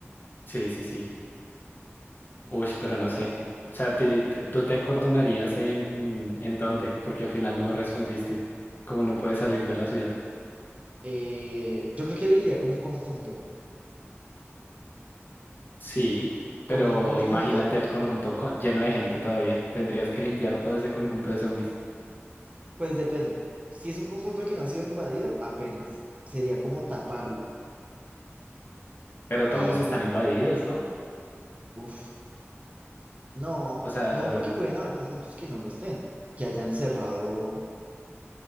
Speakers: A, on the left (about 45°); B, on the right (about 30°).
A: Sí, sí, sí. Uy, pero no sé. O sea, ti- ti- ¿tú te acordonarías en, en dónde? Porque al final no me respondiste. Como no puedes salir de la ciudad.
B: eh, yo creo que elegiría como un conjunto.
A: Sí,
B: Como
A: pero
B: un conjunto,
A: imagínate el conjunto co- lleno de gente todavía. Tendrías que limpiar todo ese conjunto de zombies.
B: pues depende. Si es un conjunto que no ha sido invadido, apenas. Sería como taparlo.
A: Pero
B: Y,
A: todos están invadidos, ¿no?
B: uff, no,
A: O sea...
B: no porque pueden haber conjuntos que no lo estén, que hayan cerrado.